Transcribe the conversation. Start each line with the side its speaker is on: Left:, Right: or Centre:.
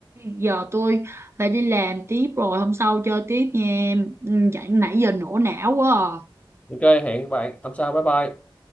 Right: giờ tôi phải đi làm tiếp rồi hôm sau chơi tiếp nha em Ừ, nãy giờ nổ não quá à.
Left: ok hẹn bạn hôm sau bye bye